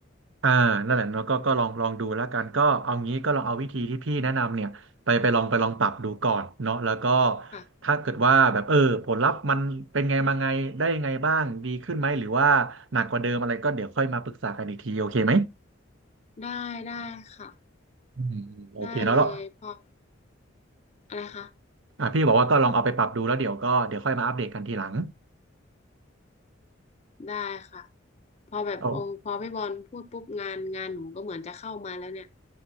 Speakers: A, on the right; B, on the left.
A: อ่านั่นแหละเนาะก็ก็ลองลองดูแล้วกันก็เอางี้ก็ลองเอาวิธีที่พี่แนะนำเนี่ยไปไปลองไปลองปรับดูก่อนเนาะแล้วก็
B: ค่ะ
A: ถ้าเกิดว่าแบบเออผลลัพธ์มันเป็นไงมาไงได้ยังไงบ้างดีขึ้นไหมหรือว่าหนักกว่าเดิมอะไรก็เดี๋ยวค่อยมาปรึกษากันอีกทีโอเคไหม
B: ได้ได้ค่ะ
A: อืมอโอเคเนาะแล้ว
B: ได้เลยพออะไรคะ
A: อ่ะพี่บอกว่าก็ลองเอาไปปรับดูแล้วเดี๋ยวก็เดี๋ยวค่อยมาอัปเดตกันทีหลัง
B: ได้ค่ะพอแบบโอพอพี่บอลพูดปุ๊บงาน
A: โอ้
B: งานหนูก็เหมือนจะเข้ามาแล้วเนี่ย